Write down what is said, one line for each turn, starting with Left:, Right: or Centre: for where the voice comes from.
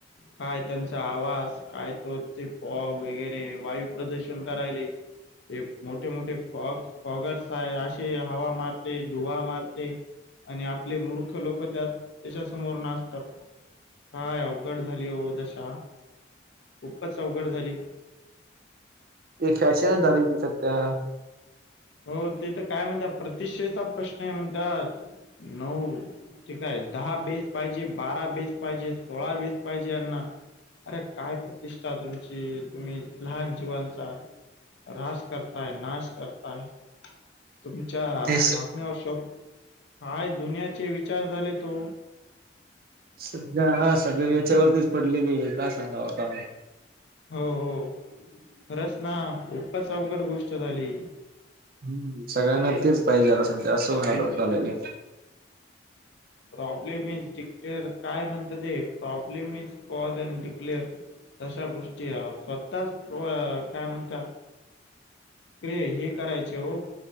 Left: काय त्यांचा आवाज काय तो ते फॉग वगैरे वायू प्रदूषण करायले ते मोठे मोठे फॉग पॉगस य असे हवा मारते धुवा मारते. आणि आपले मूर्ख लोक त्या त्याच्या समोर नाचतात काय अघड झाली हो दशा खूपच अवघड झाली.
Right: ते फॅशनच झाली ती सध्या
Left: हो ते तर काय म्हणत प्रति्क्षेचा प्रश्न आहे म्हणत नऊ ठीक आहे दहा बेस पाहिजे बारा बेस पाहिजे. सोळा बीेत पाहिजे यांना अरे काय प्रतिष्ठा तुमची तुम्ही लहान जीवांचा रास करताय नाश करताय. तुम्हच्या
Right: तेच
Left: वाटण्या असो काय दुनियाचे विचार झाले तो
Right: सध्या हा सगळ याच्यावरतीच पडलेली आहे काय सांगा आता
Left: हो हो खरच ना खूपच अवघड गोष्ट झाली.
Right: हम्म सगळ्यांना तेच पाहिजे आता सध्या असं झा झालेलं आहे.
Left: प्रॉब्लेम इज डिक्लेअर काय म्हणत ते problem is cause and declare तशा गोष्टी स्वतःच काय म्हणत. के हे करायचे हो